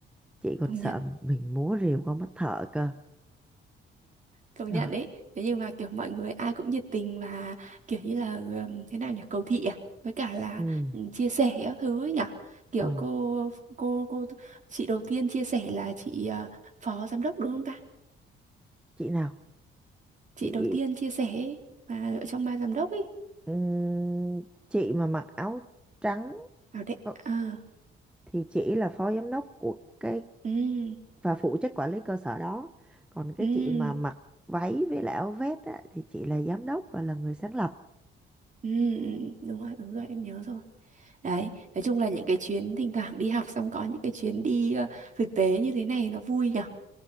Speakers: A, in the centre; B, on the right.
A: Chị còn
B: Công
A: sợ
B: nhận.
A: mình múa rìu con mắt thợ cơ.
B: công
A: Trời,
B: nhận đấy thế nhưng mà kiểu mọi người ai cũng nhiệt tình và kiểu như là ừm, thế nào nhỉ cầu thị à với cả là
A: ừ,
B: ừm, chia sẻ các thứ ấy nhỉ kiểu
A: ờ,
B: cô cô cô chị đầu tiên chia sẻ là chị ờ, phó giám đốc đúng không ta
A: chị nào,
B: chị
A: chị
B: đầu tiên chia sẻ ấy, mà ở trong ban giám đốc ấy
A: ừm, chị mà mặc áo trắng
B: à đấy
A: ờ,
B: à
A: thì chị là phó giám đốc của cái
B: ừ
A: và phụ trách quản lý cơ sở đó. Còn cái
B: ừ
A: chị mà mặc váy với lại áo vest á, thì chị là giám đốc và là người sáng lập.
B: ừ đúng rồi đúng rồi em nhớ rồi đấy nói chung là những cái chuyến thỉnh thoảng đi học xong có những cái chuyến đi ờ, thực tế như thế này nó vui nhỉ